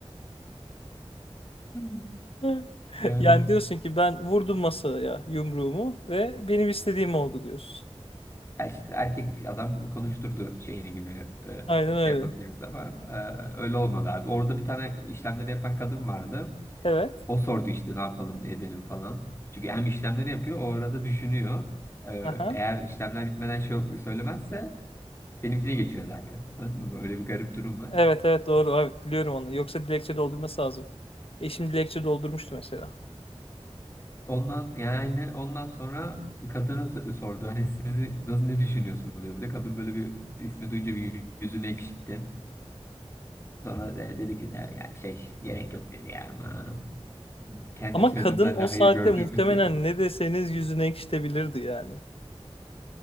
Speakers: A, on the left (about 25°); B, on the left (about 60°).
A: Hı hı.
B: <laughs>
A: <laughs> Yani
B: Yani diyorsun ki ben vurdum masaya yumruğumu ve benim istediğim oldu diyorsun.
A: ya işte erkek adam konuşturdu şeyini gibi
B: Aynen
A: e,
B: öyle.
A: şey yapabiliriz ama e, öyle olmadı abi. Orada bir tane işlemleri yapan kadın vardı.
B: Evet.
A: O sordu işte ne yapalım, ne edelim falan. Çünkü hem işlemleri yapıyor, o arada düşünüyor. E,
B: Aha.
A: Eğer işlemler bitmeden şey söylemezse benimkine geçiyor zaten. Anladın mı? Öyle bir garip durum var.
B: Evet evet doğru evet biliyorum onu. Yoksa dilekçe doldurması lazım. Eşim dilekçe doldurmuştu mesela.
A: Ondan yani ondan sonra kadına s- sordu. Hani sizi nasıl ne düşünüyorsunuz dedi. Kadın böyle bir ismi duyunca bir yüzünü ekşitti. Sonra de- dedi ki de, ya şey gerek yok dedi ya aman. Kendi
B: Ama
A: soyadımdan
B: kadın o
A: ne hayır
B: saatte
A: gördüm
B: muhtemelen
A: ki.
B: ne deseniz yüzüne ekşitebilirdi yani.